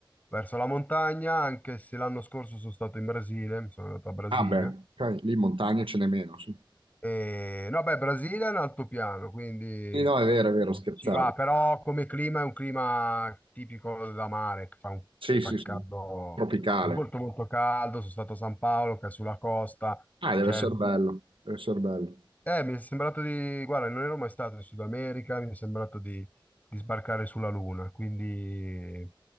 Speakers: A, on the left; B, on the right.
A: verso la montagna, anche se l'anno scorso sono stato in Brasile, mi sono andato a Brasilia.
B: Ah beh, ok, lì montagne ce n'è meno, sì.
A: E, no, beh, Brasile è un altopiano, quindi
B: Sì, no, è vero, è vero, scherzavo.
A: ci va, però come clima è un clima tipico da mare, che fa un
B: Sì,
A: fa
B: sì, sì.
A: caldo,
B: Tropicale.
A: fa molto molto caldo, sono stato a San Paolo, che è sulla costa,
B: Ah, deve
A: c'è
B: essere
A: il-
B: bello, deve essere bello.
A: eh, mi è sembrato di, guarda, non ero mai stato in Sud America, mi è sembrato di, di sbarcare sulla Luna, quindi